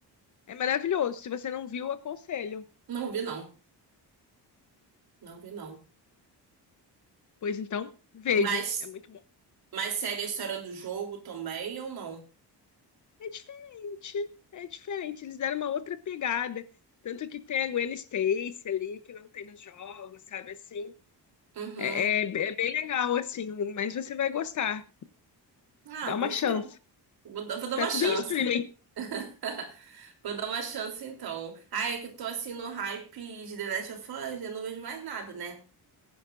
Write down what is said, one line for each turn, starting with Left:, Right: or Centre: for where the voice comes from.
Left: é maravilhoso. Se você não viu, aconselho.
Right: Não vi, não. Não vi, não.
Left: Pois então, veja,
Right: Mas,
Left: é muito bom.
Right: mas segue a história do jogo também ou não?
Left: É diferente, é diferente. Eles deram uma outra pegada. Tanto que tem a Gwen Stacy ali, que não tem nos jogos, sabe assim.
Right: Uhum.
Left: É, é, é bem legal, assim, mas você vai gostar.
Right: Ah,
Left: Dá
Right: vou
Left: uma chance.
Right: ver. Vou, dar- vou dar
Left: Tá
Right: uma
Left: tudo
Right: chance.
Left: em streaming.
Right: <laughs> Vou dar uma chance então. ai é que eu tô assim no hype de The Last of Us, eu não vejo mais nada, né?